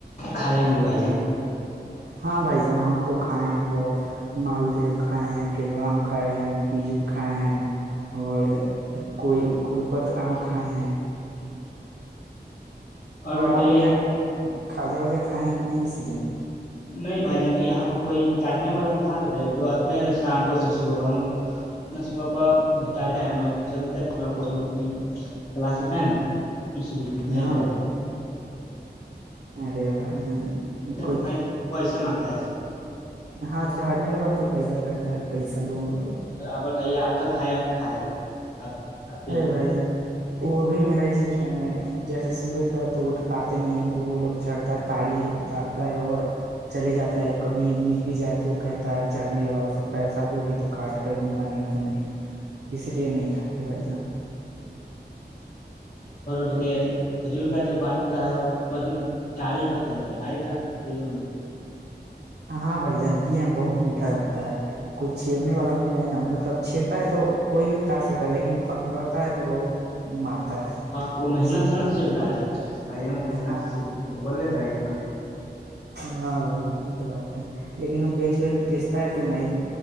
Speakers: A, on the left; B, on the right.
A: خھے گنگے پائی
B: ہاں بھائی جان ہم تو کھائے ہیں بہت مالدو کھائے ہیں کیڑوا آم کھائے ہیں بیجو کھائے ہیں اور کوئی کولپت آم کھائے ہیں
A: اور بتائیے
B: ڈ ہب ت بتاانی خاجا وجا کائےیں کہ نہیں یہ سیزن
A: نہیں بھائی جان یہاں پہ کوئی کاٹنے والا کہاں رہے جو اتنا شام کو صبح ہم لوگ اتنابح بٹاتے ہیں ہم لوگ چلتے پا کوچنگ وچگ کلاس کرتے ہیں نا اس لیے نہیں
B: ہاں
A: بیٹھے
B: بھائی ارے بھائی جان
A: تو
B: کوئی
A: بھائی ج پیسے مانگ دہذب
B: ہاں چڑھنے کے بعد تو پیسہ کہتا ہے پیسہ دونوں
A: بر آابر توے آپ تو کائے کھاجا آپ آپ کے
B: ارے
A: یہاں
B: بھائی جان وہ بھی میرا ہی سسٹم ہے جیسے صبح پڑ تو اٹھ پاتے نہیں ہے وہ لوگ چڑھتا ہے تاریی اتارتا ہے اور چلے جاتا ہے کبھی مل بھی جائے تو کہتا ہے چڑھنے کے بعد پیسہ دو گے تو کاٹ کر دوں گا نہیں تو نہیں اس لیے نہیں کھاتا ا بائی جان
A: اور ب کھجور کا جو پانی ہوتا ہے وہ کھی تٹڑی کہا جاتا ہے تڑیپ گ
B: ہاں بھائی جن پیے میں بہت میٹھا رہتا ہے کوئی چھیڑنے والا مل جائے نا مطلب چھیڑتا ہے تو کوئی بھی اتار سکتا ہے لیکن پکڑا ہے تو بہت مارتا ہے
A: ہاں وہ محنت
B: اسی لیے
A: سے نہ چل رہا ہے بھائی بھائی جان وہ محنت
B: ہاں
A: سے چل بول دڑیانا
B: ہاں بھائی جن یہ تو بات ہے لیکن وہ بیچ کے بیچ تو نہیں